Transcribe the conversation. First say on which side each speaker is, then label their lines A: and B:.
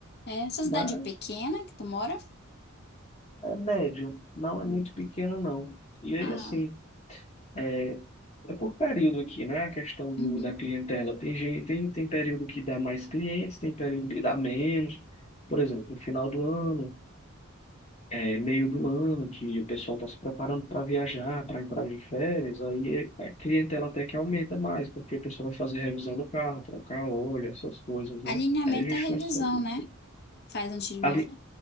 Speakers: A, on the left (about 50°); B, on the left (about 30°).
A: É, sua
B: Mas
A: cidade é pequena que tu mora?
B: é médio, não é
A: Hum.
B: muito pequeno, não. E aí,
A: Ah,
B: assim, é, é por período aqui, né? A questão do,
A: uhum.
B: da clientela. Tem gente, tem, tem período que dá mais clientes, tem período que dá menos. Por exemplo, no final do ano. é meio do ano que o pessoal está se preparando para viajar, para entrar de férias, aí a clientela até que aumenta mais, porque o pessoal vai fazer revisão do carro, trocar óleo, essas coisas, né?
A: Alinhamento
B: Aí a gente
A: é revisão,
B: consegue.
A: né? Faz antes de viajar.
B: Ali,